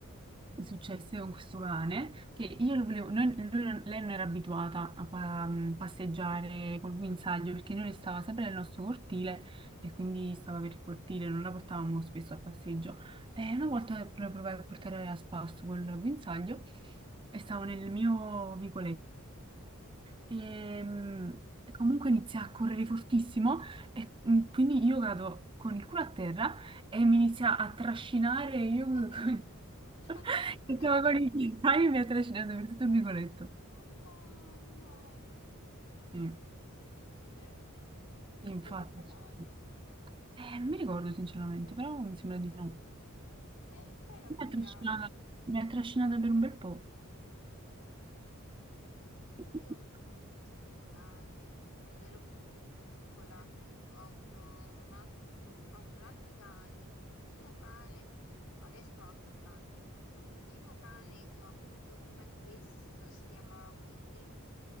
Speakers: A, on the right (about 25°); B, on the left (about 85°).
A: successe con questo cane che io
B: Mm.
A: lo volevo, noi- lui non- lei non era abituata a pa- mm, passeggiare col guinzaglio perché noi stava sempre nel nostro cortile e quindi stava per il cortile, non la portavamo spesso al passeggio. E una volta pro- provai a portare a spasso col guinzaglio e stavo nel mio vicoletto e mh, comunque inizia a correre fortissimo e mh, quindi io cado con il culo a terra e mi inizia a trascinare e io <laughs>
B: <laughs>
A: che stavo con i piedi mi ha trascinato per tutto il vicoletto.
B: Oh, mamma,
A: Sì,
B: incredibile! Non
A: infatti.
B: ti sei fatta male.
A: sì, sì. Eh, non mi ricordo sinceramente, però mi sembra di no.
B: E poi era
A: Mi
B: pure
A: ha trascinata,
B: grande.
A: mi ha trascinata per un bel po'.
B: Mamma mia,
A: <clears throat>
B: io pure ho avuto un sacco di cani. Quando ero più piccola ho avuto, una- ho avuto tanti cani. L'ultimo cane, adesso ho anche un cane. L'ultimo cane che ho avuto prima di questo si chiamava Willy